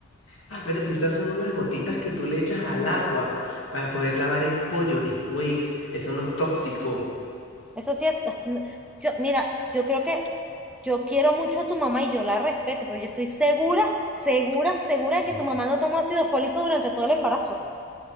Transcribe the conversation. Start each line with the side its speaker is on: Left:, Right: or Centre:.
Left: Ah, pero si esas son unas gotitas que tú le echas al agua para poder lavar el pollo después, eso no es tóxico,
Centre: Eso sí, es- es- no- yo, mira, yo creo que yo quiero mucho a tu mamá y yo la respeto, pero yo estoy segura, segura, segura de que
Left: Mm.
Centre: tu mamá no tomó ácido fólico durante todo el embarazo.